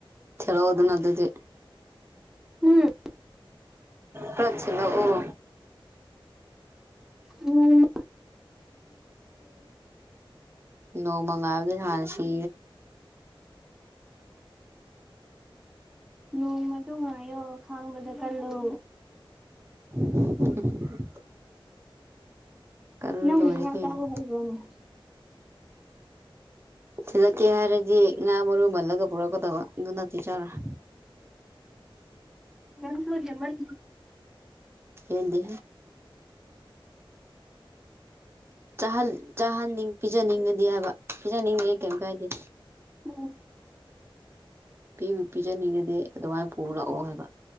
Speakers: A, on the right; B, in the centre.
A: ꯆꯂꯣ ꯍ ꯑꯗꯨꯅ ꯑꯗꯨꯗꯤ
B: ꯎꯝ
A: ꯄꯁꯤꯅ ꯑꯣ
B: ꯑꯣꯝ
A: ꯅꯣꯡ ꯃꯒꯕꯗꯤ ꯍꯅ ꯁꯤ
B: ꯅꯣꯡꯃꯗ ꯉꯥꯏꯌꯣ ꯈꯥꯡꯕꯗ ꯀꯜꯂꯨ
A: <unintelligible> <unintelligible> ꯀꯜ
B: ꯅ
A: ꯂꯣꯏꯔꯦ
B: ꯃꯨ ꯏ
A: ꯀꯩꯅꯣ
B: ꯆꯔꯨ ꯍꯥꯏꯕꯅꯦ
A: ꯊꯤꯜꯂꯛꯀꯦ ꯍꯥꯏꯔꯗꯤ ꯉꯥ ꯃꯔꯨꯝ ꯍꯜꯂꯒ ꯄꯨꯔꯛꯀꯗꯕ ꯑꯗꯨ ꯅꯠꯇꯦ ꯆꯥꯔ ꯍ
B: ꯅꯟꯁꯨ ꯍꯦꯃꯟ
A: ꯀꯗꯤ ꯍ ꯆꯍꯟꯅꯤꯡ ꯄꯤꯖꯅꯤꯡꯉꯗꯤ ꯍꯥꯏꯕ ꯄꯤꯖꯅꯤꯡꯉꯗꯤ ꯀꯩꯝ ꯀꯥꯏꯗꯦ
B: ꯑꯣ
A: ꯄꯤꯕꯨ ꯄꯤꯖꯅꯤꯡꯉꯤꯗꯤ ꯑꯗꯨꯃꯥꯏꯅ ꯄꯨꯔꯛꯑꯣ ꯍꯥꯏꯕ